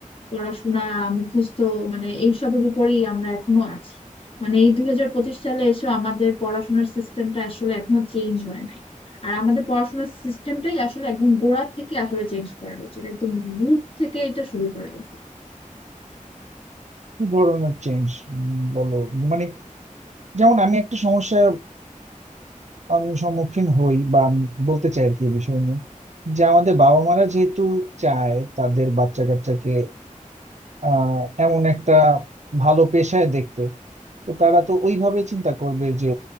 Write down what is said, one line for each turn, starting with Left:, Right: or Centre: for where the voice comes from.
Left: পড়াশোনা মুখস্থ মানে এইসবের উপরেই আমরা এখনো আছি মানে এই দুই হাজার পঁচিশ সালে এসে আমাদের পড়াশোনার সিস্টেমটা আসলে এখনো চেঞ্জ হয় নাই আর আমাদের পড়াশোনার সিস্টেমটাই আসলে একদম গোড়া থেকে আসলে চেঞ্জ করা উচিত একদম রুট থেকে এটা শুরু করা উচিত
Right: কি ধরনের চেঞ্জ বলো মানে যেমন আমি একটা সমস্যা আমি সম্মুখীন হই বা আমি বলতে চাই আর কি এই বিষয় নিয়ে যে আমাদের বাবা মারা যেহেতু চায় তাদের বাচ্চা কাচ্চাকে আহ এমন একটা ভালো পেশায় দেখতে তো তারা তো ওইভাবে চিন্তা করবে যে